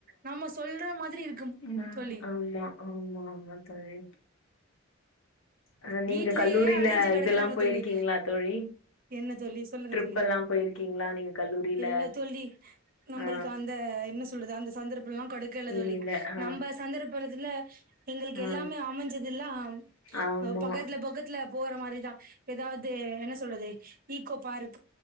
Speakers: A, on the right; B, on the left.
A: நம்ம சொல்ற மாதிரி இருக்கும்
B: ஆமா,
A: சொல்லி
B: ஆமா ஆமா தோழி அ நீங்க
A: வீட்லயே
B: கல்லூரில
A: அடைஞ்சு கிிடக்கறாங்க
B: இதெல்லா போயிருக்கீங்களா
A: தோழி
B: தோழி
A: என்ன தோழி சொல்லுங்க
B: ட்ரிப்
A: தோழி
B: எல்லா போயிருக்கீங்களா நீங்க கல்லூரில
A: எல்லா தோழி நம்மளுக்கு
B: ஆ
A: அந்த என்ன சொ அந்த சந்தர்ப்பம் எல்லாம் கெடைக்கல தோழி
B: இல்ல ஆ
A: நம்ப சந்தர்ப்பத்துல எங்களுக்கு
B: ஆ
A: எல்லாமே அமைஞ்சதுல்லாம்
B: ஆமா
A: பகத்ல பகத்ல போற மாரிதான் எதாவது என்ன சொல்றது ஈகோ பார்க்